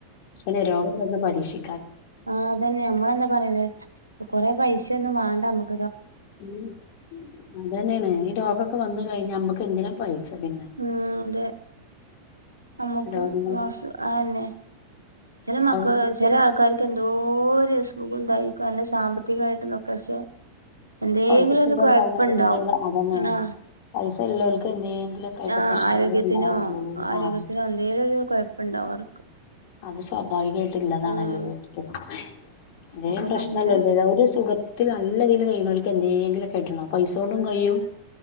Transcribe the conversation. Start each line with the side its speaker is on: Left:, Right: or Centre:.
Left: പക്ഷനെ രോഗം വന്ന് പരീക്ഷി
Right: ആ അതന്നെ നമ്മളെന്താ പറയല് കൊറെ പൈസൊന്നും വാണ്ട മ്മക്ക്
Left: ഉം അതന്നെയാണ് ഈ രോഗൊക്കെ വന്ന് കഴിഞ്ഞ ഞമ്മക്ക് എന്തിനാ പൈസ <unintelligible> പിന്നെ
Right: ഉം അതെ നമ്മുക്ക്
Left: രോഗം
Right: ഗ്ലാസ്‌
Left: കൊണ്ട്
Right: അഎന്നെ ചില മക്ക
Left: രോഗം
Right: ചെല
Left: കൊണ്ട്
Right: ആൾക്കാർക്ക് എന്ത ന്തോരസമുണ്ടായിക്കല്ല സാമ്പത്തികായിട്ടന്നൊക്കെ പക്ഷെ എന്തെങ്കിലും
Left: അവർക്ക് സുഖം
Right: ഒരു കൊയപ്പുണ്ടാവും
Left: ഉണ്ടാവില്ല എന്തെങ്കിലും അതന്നെയാണ്
Right: ന്ന
Left: <unintelligible> ആയിട്ട്
Right: ആഹ്
Left: പ്രശ്നങ്ങൾ
Right: ആരോഗ്യത്തിനോ
Left: ഉണ്ടാവുള്ളൂ
Right: ആരോഗ്യത്തിനോ
Left: ആഹ്
Right: എന്തെലും ഒരു കുഴപ്പുണ്ടാവർ
Left: അത് സ്വാഭാവികായിട്ടില്ലാതാണല്ലോ
Right: ആഹ്
Left: ത്തം <unintelligible> അതേം
Right: അപ്പൊ
Left: പ്രശ്നമല്ലല്ലേ
Right: നമ്മള്
Left: ഒരു സുഖത്തിൽ നല്ലതിൽ കൈനോൽക്ക്ന്ന എന്തേങ്കിലുംക്കെട്ടണോ പൈസ കൊണ്ടും കയും